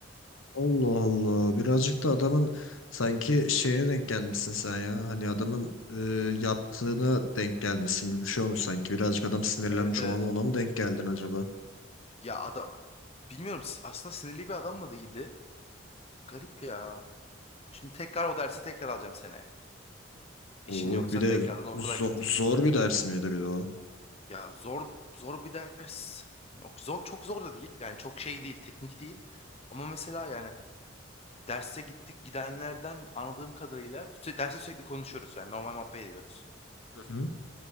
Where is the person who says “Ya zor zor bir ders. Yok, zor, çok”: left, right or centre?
Left